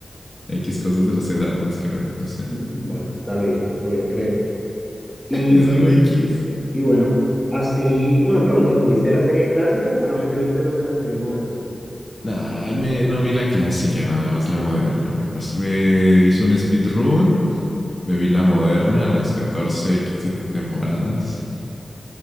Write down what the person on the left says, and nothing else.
X cosas de los C-dramas, creo. No sé.
<laughs>
es algo X.
Nah, me, no vi la clásica, nada más la moderna. Me, pasé, me hice un speedrun, me vi la moderna, las 14 15 temporadas